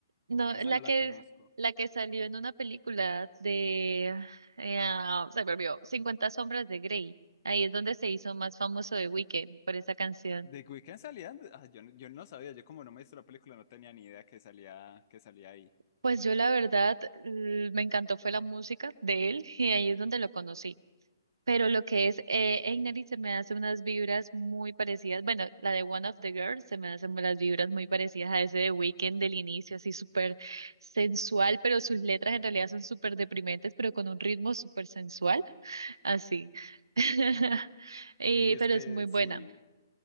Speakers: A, on the right; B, on the left.
A: No,
B: esa
A: la
B: no
A: que,
B: la conozco.
A: la que salió en una película de, eh, ah, se me olvidó, Cincuenta sombras de Grey. Ahí es donde se hizo más famoso de Weekend por esa canción.
B: The Weeknd salía, ah, yo, no- yo no sabía, yo como no me hice la película no tenía ni idea que salía, que salía ahí.
A: Pues yo la verdad l- me encantó fue la música de él y ahí es donde lo conocí. Pero lo que es eh, Einari se me hace unas vibras muy parecidas. Bueno, la de One of the Girls se me hacen las vibras muy parecidas a ese de Weekend del inicio, así súper sensual, pero sus letras en realidad son súper deprimentes, pero con un ritmo súper sensual, así. <laughs> Eh,
B: Y es
A: pero
B: que
A: es muy buena.
B: sí.